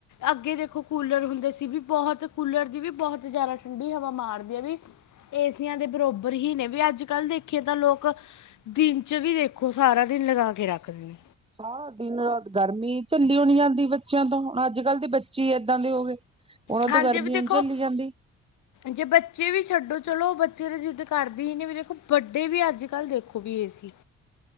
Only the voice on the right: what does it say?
ਸਾਰਾ ਦਿਨ-ਰਾਤ ਗਰਮੀ ਝੱਲੀਓ ਨੀ ਜਾਂਦੀ ਬੱਚਿਆਂ ਤੋਂ, ਹੁਣ ਅੱਜ-ਕੱਲ ਦੇ ਬੱਚੇ ਏਦਾਂ ਦੇ ਹੋ ਗਏ। ਉਹਨਾਂ
ਤੋਂ ਗਰਮੀ
ਹੁਣ ਝੱਲੀ ਜਾਂਦੀ